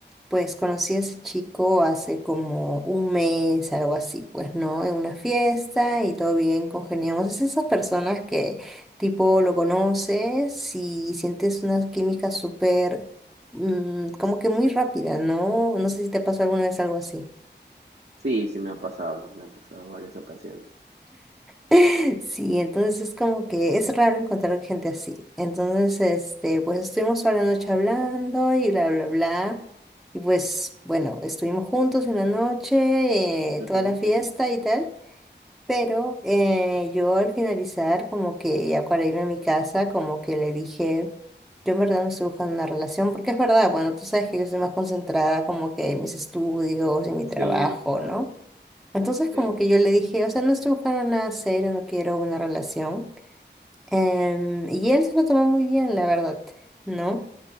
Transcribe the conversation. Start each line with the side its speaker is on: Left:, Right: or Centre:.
Centre: pues, conocí a ese chico hace como un mes, algo así, pues, ¿no? En una fiesta y todo bien, congeniamos. Es esas personas que, tipo, lo conoces y sientes una química súper, mm, como que muy rápida, ¿no? No sé si te pasó alguna vez algo así.
Right: Sí, sí me ha pasado, me ha pasado varias ocasiones.
Centre: <laughs> Sí, entonces es como que es raro encontrar gente así. Entonces, este, pues estuvimos toda la noche hablando y bla, bla, bla. Y pues, bueno, estuvimos juntos en la noche,
Right: Ujú,
Centre: eh, toda la fiesta y tal. Pero eh, yo al finalizar, como que ya para irme a mi casa, como que le dije, yo en verdad no estoy buscando una relación, porque es verdad, bueno, tú sabes que yo soy más concentrada como que en mis estudios, en mi trabajo,
Right: Sí, claro.
Centre: ¿no? Entonces
Right: Sí,
Centre: como que yo le dije, o sea, no estoy buscando nada serio, no quiero una relación. Em, y él se lo tomó muy bien, la verdad, ¿no?